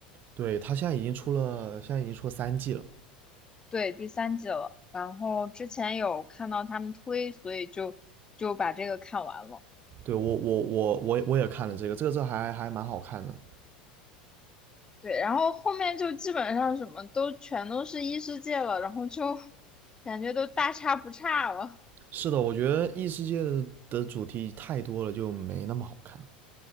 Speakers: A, on the right; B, on the left.
A: 对，他现在已经出了，现在已经出了三季了。
B: <laughs> 对，第三季了。然后之前有看到他们推，所以就就把这个看完了。
A: 对，我我我我我也看了这个，这个这还还蛮好看的。
B: 对，然后后面就基本上什么都全都是异世界了，然后就感觉都大差不差了。
A: 是的，我觉得异世界的的主题太多了，就没那么好看。